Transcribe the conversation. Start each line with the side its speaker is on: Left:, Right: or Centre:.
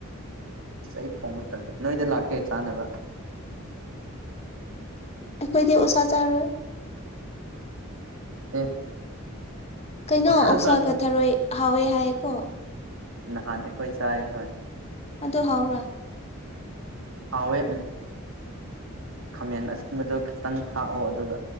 Right: ꯑꯩ ꯊꯣꯡꯕ ꯇꯜꯂꯦ ꯅꯣꯏꯗ ꯂꯛꯀꯦ ꯆꯥꯅꯕ
Left: ꯑꯈꯣꯏꯗꯤ ꯑꯣꯛꯁꯥ ꯆꯥꯔꯣꯏ
Right: ꯑꯦ
Left: ꯀꯩꯅꯣ
Right: ꯑꯣꯛꯁꯥ
Left: ꯑꯣꯛꯁꯥꯒ
Right: ꯆꯥ
Left: ꯊꯔꯣꯏ ꯍꯥꯎꯋꯦ ꯍꯥꯏꯀꯣ
Right: ꯅꯍꯥꯟ ꯑꯈꯣꯏ ꯆꯥꯏ ꯍꯣꯏ
Left: ꯑꯗꯣ ꯍꯥꯎꯕ꯭ꯔ
Right: ꯍꯥꯎꯋꯦ ꯎꯝ ꯈꯃꯦꯟ ꯑꯁꯤꯟꯕꯗꯣ ꯈꯤꯇꯪ ꯊꯥꯛꯑꯣ ꯑꯗꯨꯒ